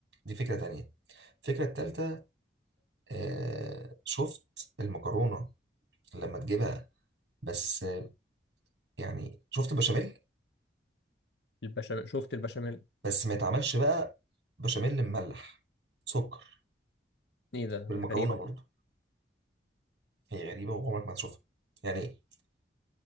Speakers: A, on the right; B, on the left.
A: دي فكره تانية الفكره التالتة آه شفت المكرونه لما تجيبها بس آه يعني شفت البشاميل
B: البشاميل شفت البشاميل
A: بس ما يتعملش بقى بشاميل مملح سكر
B: ايه ده
A: بالمكرونه
B: دي غريبة
A: برضو هي غريبه وعمرك ما هتشوفها يعني